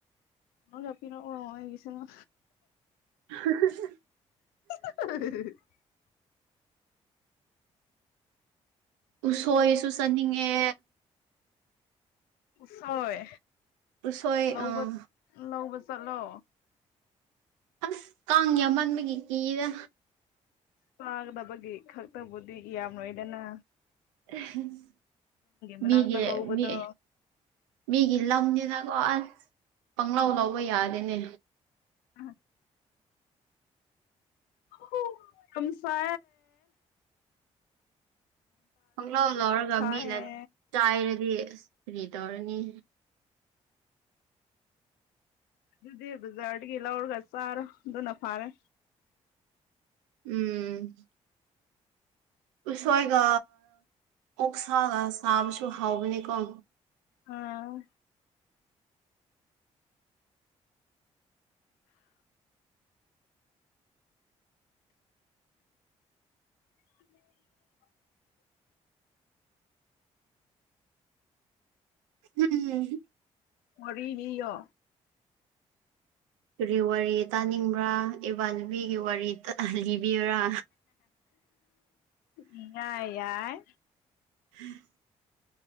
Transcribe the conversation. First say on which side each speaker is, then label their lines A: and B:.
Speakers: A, on the left; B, on the right.
A: ꯀꯟꯅ ꯆꯄꯤꯔ ꯑꯣ ꯍꯁꯅ
B: <unintelligible>
A: <unintelligible>
B: ꯎꯁꯣꯏꯁꯨ ꯆꯠꯅꯤꯡꯉꯦ
A: ꯁꯣꯏ
B: ꯎꯁꯣꯏ
A: ꯂꯧꯕ
B: ꯑꯥ
A: ꯂꯧꯕ ꯆꯠꯂꯣ
B: ꯑꯁ ꯀꯪꯉꯦꯃꯟꯕꯒꯤ ꯀꯤꯗ
A: ꯇꯥꯗꯕꯒꯤ ꯈꯛꯇꯕꯨꯗꯤ ꯌꯥꯝ ꯅꯣꯏꯗꯅ
B: <unintelligible>
A: ꯃꯅꯥꯛꯇ
B: ꯃꯤꯒꯤ
A: ꯍꯧꯕꯗꯣ
B: ꯃꯤ ꯃꯤꯒꯤ ꯂꯝꯅꯤꯅꯀꯣ ꯄꯪꯂꯂꯥꯎ ꯂꯧꯕ ꯌꯥꯗꯦꯅꯦ
A: ꯑ ꯑꯣ ꯍꯣ ꯔꯝꯁꯥ
B: ꯈꯪꯂꯂꯥꯎ ꯂꯧꯔꯒ
A: ꯁꯥꯏꯌꯦ
B: ꯃꯤꯅ ꯆꯥꯏꯔꯗꯤ ꯑꯁ ꯀꯔꯤ ꯇꯧꯔꯅꯤ
A: ꯑꯗꯨꯗꯤ ꯖꯔꯠꯀꯤꯂꯔꯒꯁꯥꯔ ꯑꯗꯨꯅ ꯐꯥꯔꯦ
B: ꯎꯝ ꯎꯁꯣꯏꯒ ꯑꯣꯛꯁꯥꯒ ꯆꯥꯕꯁꯨ ꯍꯥꯎꯕꯅꯤꯀꯣ
A: ꯑ ꯎꯝ
B: ꯍꯝꯝ
A: ꯋꯥꯔꯤ ꯂꯤꯌꯣ
B: ꯀꯔꯤ ꯋꯥꯔꯤ ꯇꯥꯅꯤꯡꯕ꯭ꯔꯥ ꯏꯕꯥ ꯅꯨꯄꯤꯒꯤ ꯋꯥꯔꯤ ꯂꯤꯕꯤꯌꯨꯔꯥ
A: ꯏꯌꯥ ꯌꯥꯏ
B: ꯎꯝ